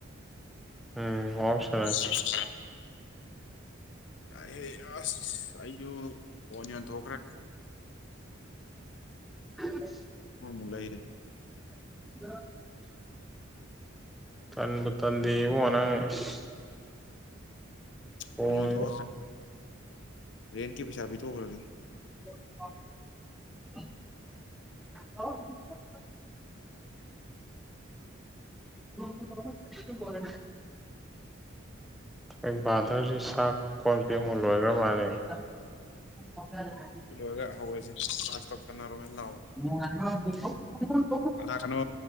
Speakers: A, in the centre; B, on the left (about 60°).
A: ꯎꯝ ꯁꯥꯟꯅꯁꯤ
B: <unintelligible> ꯇꯥꯏꯌꯦ ꯑꯁ ꯑꯩꯁꯨ ꯐꯣꯟ ꯌꯣꯟꯊꯣꯛꯈ꯭ꯔꯦ
A: <unintelligible>
B: ꯑꯃꯥ ꯑꯃꯨꯛ ꯂꯩꯔꯦ
A: <unintelligible> ꯇꯟꯕꯨ ꯇꯟꯗꯦ ꯏꯕꯨꯡꯉꯣ ꯅꯪ ꯏꯁ ꯍꯣꯏ
B: ꯐꯣꯟ ꯌꯣꯟꯊꯣꯛꯑꯒꯥ <unintelligible> ꯔꯦꯟꯀꯤ ꯄꯩꯁꯥ ꯄꯤꯊꯣꯛꯈ꯭ꯔꯒꯦ
A: <unintelligible> <inaudible> ꯑꯩ ꯕꯥꯗꯔꯁꯤ ꯁꯥꯥꯛ ꯀꯣꯟ ꯆꯦꯛ ꯑꯃꯛ ꯂꯣꯏꯈ꯭ꯔ ꯃꯥꯥꯟꯅꯩ ꯑꯣ
B: ꯂꯒ ꯍꯣꯏꯁꯦ ꯐꯁꯇ ꯀꯅꯔꯅ ꯂ
A: <inaudible>
B: ꯀꯅꯥ ꯀꯅꯣ